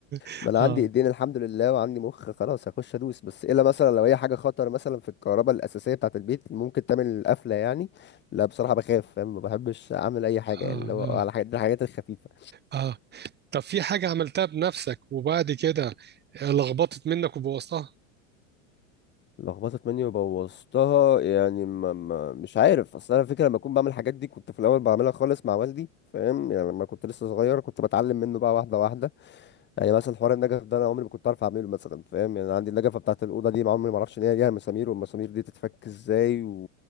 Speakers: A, on the right (about 25°); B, on the left (about 25°).
A: <laughs>
B: ما انا
A: آه
B: عندي ايدين الحمد لله وعندي مخ خلاص هخش ادوس بس الا مثلا لو هي حاجه خطر مثلا في الكهرباء الاساسيه بتاعه البيت ممكن تعمل القفله يعني لا بصراحه بخاف فاهم ما بحبش اعمل اي حاجه
A: آه
B: يعني لو على الحاجات الحاجات الخفيفه
A: آه طب في حاجة عملتها بنفسك وبعد كده لخبطت منك وبوظتها؟
B: لخبطت مني وبوظتها يعني ما ما مش عارف اصل انا فكره لما اكون بعمل الحاجات دي كنت في الاول بعملها خالص مع والدي فاهم يعني لما كنت لسه صغير كنت بتعلم منه بقى واحده واحده يعني مثلا حوار النجف ده انا عمري ما كنت عارف اعمله مثلا فاهم يعني أنا عندي النجفه بتاعت الاوضه دي ما عمري ما اعرفش ان هي ليها مسامير والمسامير دي تتفك ازاي و...